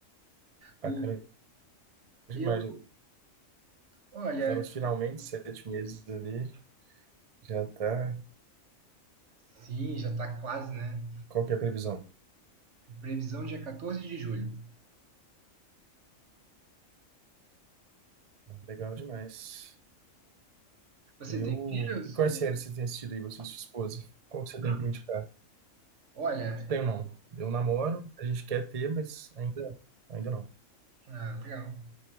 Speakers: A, on the right (about 65°); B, on the right (about 35°).
A: O,
B: Bacana demais,
A: eu,
B: já
A: olha,
B: tá nos finalmente sete meses ali, já tá.
A: sim, já está quase, né?
B: Qual que é a previsão?
A: Previsão dia 14 de julho.
B: Legal demais.
A: Você
B: E,
A: tem
B: o...
A: filhos?
B: e quais séries você tem assistido aí, você e sua esposa? Qual que você
A: Ah,
B: tem pra indicar?
A: olha,
B: Tenho não. Eu namoro, a gente quer ter, mas ainda, ainda não.
A: ah, legal.